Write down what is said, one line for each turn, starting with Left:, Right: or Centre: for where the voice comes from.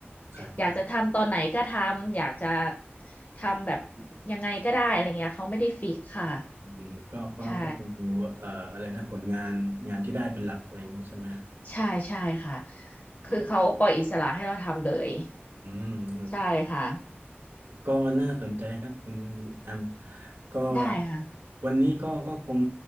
Right: ครับครับ
Left: อยากจะทำตอนไหนก็ทำอยากจะทำแบบยังไงก็ได้อะไรเงี้ยเขาไม่ได้ฟิกค่ะ
Right: อืมก็ก็ก็ดูเอ่ออะไรนะผลงานงานที่ได้เป็นหลักอะไรอย่างนี้ใช่ไหม
Left: ใช่ ใช่ใช่ค่ะ คือเขาปล่อยอิสระให้เราทำเลย
Right: อืมอืมครับ
Left: ใช่ค่ะ
Right: ก็น่าสนใจครับคุณแอมก็
Left: ได้ค่ะ
Right: วันนี้ก็ก็คง